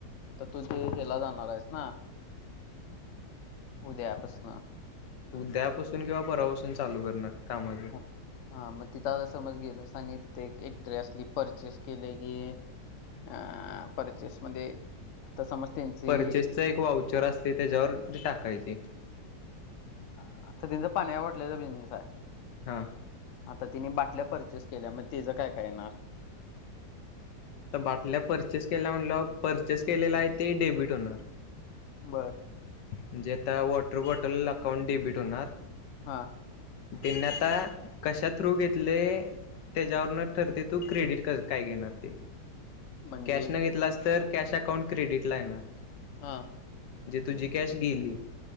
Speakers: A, on the left; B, on the left.
A: आता तू तेे हेला जाणार आहेस ना? उद्यापासनं.
B: उद्यापासून किंवा परवापासून चालू करणार. कामाचं.
A: ह हा मग तिथं आता समज गेलंस आणि ते एक एन्ट्री असली परचेस केले की अ परचेस मध्ये आता समज त्यांची
B: परचेसचं एक वाउचर असतंय त्याच्यावर ते टाकायची.
A: हा आता त्यांचं पाणीच्या बाटल्याचा बिजनेस आहे.
B: हा
A: आता तिने बाटल्या परचेस केल्या मग तिचं काय काय येणार?
B: तर बाटल्या परचेस केल्या म्हणल्याव, परचेस केलेला आहे ते डेबिट होणार.
A: बर
B: म्हणजे आता वॉटर बॉटल अकाउंट डेबिट होणार.
A: हा
B: त्यांनी आता कशा थ्रू घेतले त्याच्यावरनं ठरते तू क्रेडिट क काय घेणार? ते
A: म्हणजे
B: कॅश न घेतलास तर कॅश अकाउंट क्रेडिट ला येणार.
A: हा
B: जे तुझी कॅश गेली.